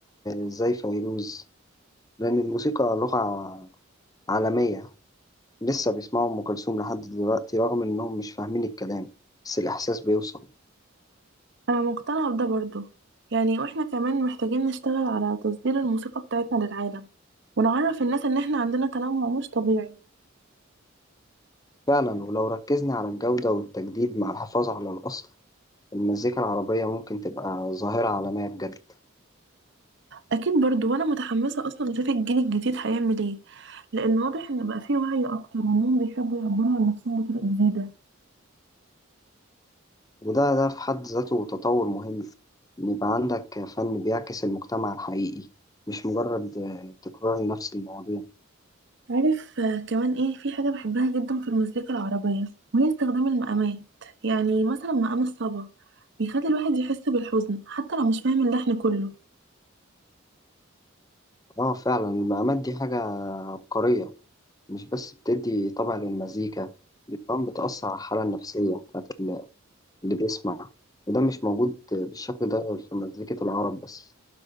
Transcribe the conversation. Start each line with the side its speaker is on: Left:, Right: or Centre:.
Left: زي فيروز لأن الموسيقى لغة عالمية لسه بيسمعوا أم كلثوم لحد دلوقتي رغم إنهم مش فاهمين الكلام بس الإحساس بيوصل
Right: انا مقتنعة بده برضو يعني واحنا كمان محتاجين نشتغل على تصدير الموسيقى بتاعتنا للعالم ونعرف الناس ان احنا عندنا تنوع مش طبيعي
Left: فعلا ولو ركزنا على الجودة والتجديد مع الحفاظ على الأصل المزيكا العربية ممكن تبقى ظاهرة عالمية بجد
Right: اكيد برضو وانا متحمسه اصلا اشوف الجيل الجديد هيعمل ايه لان واضح ان بقى فيه وعي اكتر وانهم بيحبوا يعبروا عن نفسهم بطرق جديده
Left: وده ده في حد ذاته تطور مهم إن يبقى عندك فن بيعكس المجتمع الحقيقي مش مجرد آه، تكرار لنفس المواضيع
Right: عارف آه، كمان ايه في حاجه بحبها جدا في المزيكا العربيه وهي استخدام المقامات يعني مثلا مقام الصبا بيخلي الواحد يحس بالحزن حتى لو مش فاهم اللحن كله
Left: اه فعلا المقامات دي حاجة عبقرية مش بس بتدي طبع للمزيكا دي كمان بتأثر على الحالة النفسية بتاعت اللي اللي بيسمع وده مش موجود بالشكل ده في مزيكة العرب بس